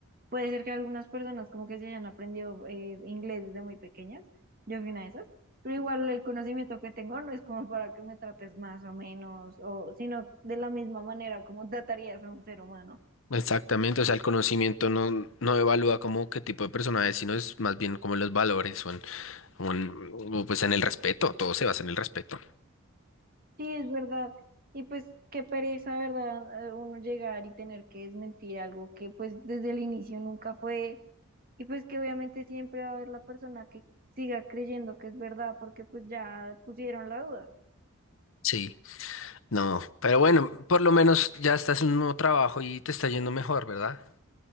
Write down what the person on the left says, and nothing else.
Exactamente, o sea, el conocimiento no, no evalúa como qué tipo de persona es, sino es más bien como en los valores o en, o en- o pues en el respeto, todo se basa en el respeto.
Sí, no, pero bueno, por lo menos ya estás en un nuevo trabajo y te está yendo mejor, ¿verdad?